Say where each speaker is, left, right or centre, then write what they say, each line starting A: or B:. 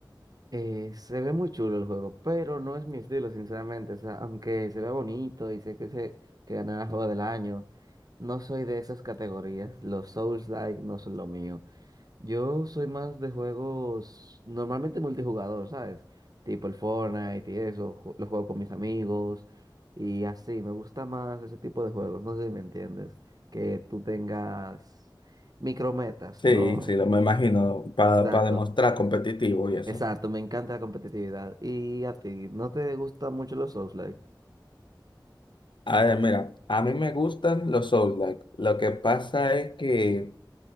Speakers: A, on the right; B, on the left.
A: Eh, se ve muy chulo el juego, pero no es mi estilo, sinceramente. O sea, aunque se ve bonito y sé que se que ganará el juego del año, no soy de esas categorías. Los Souls-like no son lo mío. Yo soy más de juegos normalmente multijugador, ¿sabes? Tipo el Fortnite y eso, ju- lo juego con mis amigos y así, me gusta más ese tipo de juegos, no sé si me entiendes, que tú tengas micrometas,
B: Sí,
A: ¿no?
B: sí, lo me imagino, para
A: Exacto,
B: demostrar competitivo y eso.
A: exacto, me encanta la competitividad. ¿Y a ti, no te gustan mucho los souls
B: A ver, mira, a mí me gustan los Souls-like. Lo que pasa es que,